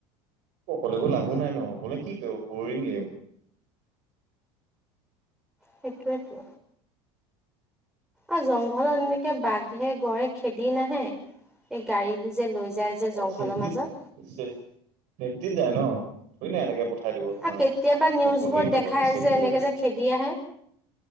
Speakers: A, on the right; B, in the centre.
A: অকলে গৈ লাভো নাই ন, অকলে কি কৰিব বৰিং লাগিব।
B: সেইটোয়েতো। আৰু জংঘলত এনেকে বাঘে গড়ে খেদি নাহে এই গাড়ী বোৰ যে লৈ যায়। যে জংঘলৰ
A: চেফটিত
B: মাজত।
A: চ চেফটিত যায় ন থুৰিনা এনেকে পঠাই দিব। তোমাৰ
B: আৰু কেতিয়াবা নিউজবোৰত
A: একো হেৰি নহোৱাকে
B: দেখায়
A: চেফটি
B: যে এনেকৈ
A: নোহোৱাকে
B: যে খেদি আহে।